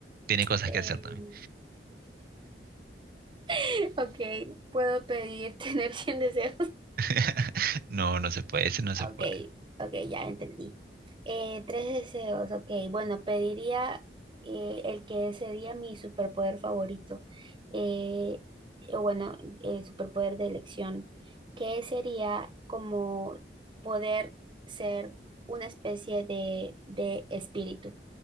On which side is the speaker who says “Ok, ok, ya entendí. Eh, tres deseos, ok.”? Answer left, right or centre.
Right